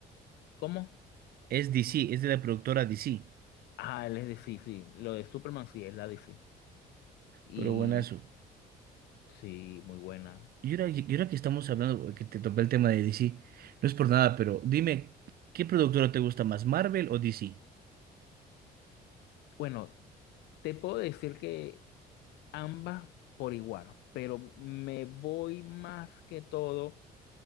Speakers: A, on the left; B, on the right.
A: ¿Cómo?
B: Es DC, es de la productora DC.
A: Ah, él es de sí, sí. Lo de Superman sí es la DC. Y
B: Pero bueno, eso.
A: sí, muy buena.
B: Y ahora, y ahora que estamos hablando, que te topé el tema de DC, no es por nada, pero dime, ¿qué productora te gusta más, Marvel o DC?
A: Bueno, te puedo decir que ambas por igual, pero me voy más que todo